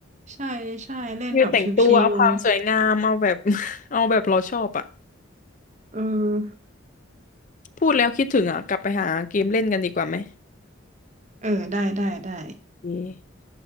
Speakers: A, on the right (about 35°); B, on the left (about 40°).
A: ใช่ใช่เล่นแบบชิว
B: คือแต่งตัวเอาความสวยงามเอาแบบ <laughs> เอาแบบเราชอบอ่ะ
A: ๆเออ
B: พูดแล้วคิดถึงอ่ะกลับไปหาเกมเล่นกันดีกว่าไหม
A: เออได้ได้ได้
B: โอเค